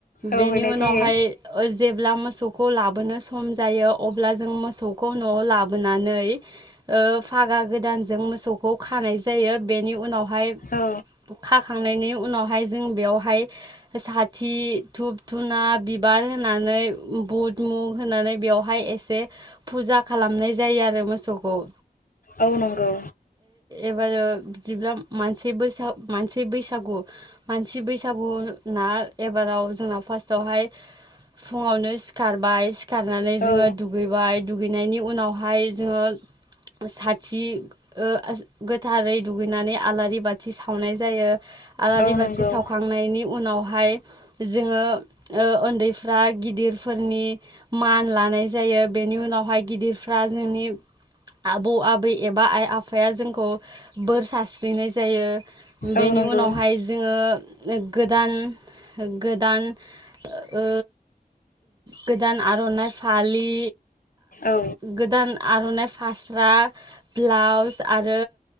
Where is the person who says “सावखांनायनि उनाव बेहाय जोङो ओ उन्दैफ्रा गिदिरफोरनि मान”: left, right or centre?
Right